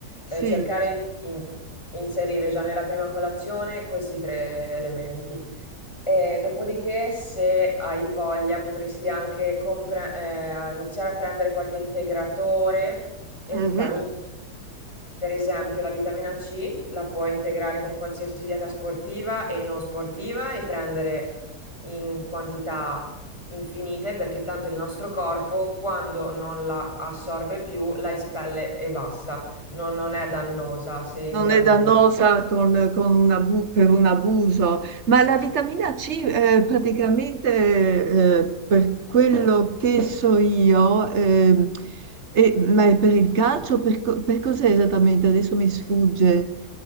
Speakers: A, on the right; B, on the left.
A: sì.
B: Eh, cercare di in- inserire già nella prima colazione questi tre elementi. E dopodiché, se hai voglia, potresti anche compra- eh, iniziare a prendere qualche integratore e
A: Mhm.
B: vitamine. Per esempio, la vitamina C la puoi integrare con qualsiasi dieta sportiva e non sportiva e prendere in quantità infinite perché tanto il nostro corpo, quando non la assorbe più, la espelle e basta. Non, non è dannosa se in
A: non
B: grandi
A: è dannosa
B: quantità.
A: con- con un abu- per un abuso, ma la vitamina C eh, praticamente eh, per quello che so io, ehm, e- ma è per il calcio, per, co- per cos'è esattamente? Adesso mi sfugge.